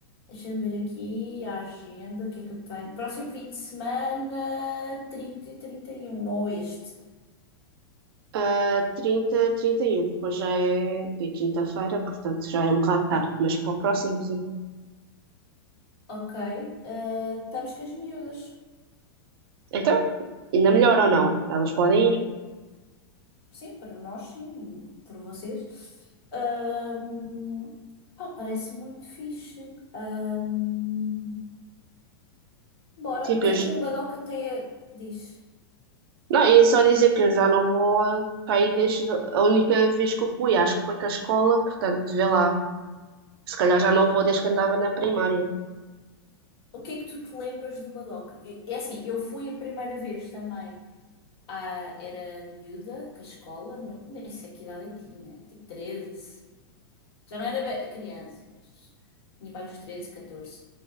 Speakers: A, on the left (about 75°); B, on the right (about 65°).
A: Deixa-me ver aqui a agenda, o que é que eu tenho. Próximo fim de semana, 30 e trinta e um não este.
B: Ah, trinta, trinta e um, Depois já é é quinta-feira, portanto já é um bocado tarde, mas para o próximo, sim.
A: Ok, eh, estamos com as miúdas.
B: Então, ainda melhor ou não? Elas podem ir.
A: Sim, para nós, sim, por vocês. Ahm, pá, parece muito fixe. Ahm, bora,
B: Tipo,
A: o que
B: eu
A: é
B: j-
A: que o Badoca tem a... diz?
B: não, ia só dizer que eu já não vou ah, para aí desde a única vez que eu fui, acho que foi com a escola, portanto, vê lá. Se calhar já não vou desde que andava na primária.
A: O que é que tu te lembras do Madoka? E- É assim, eu fui a primeira vez também. Ah, era miúda, com a escola, não, nem sei que idade eu tinha, tipo 13. Já não era be- criança, mas tinha para uns 13, 14.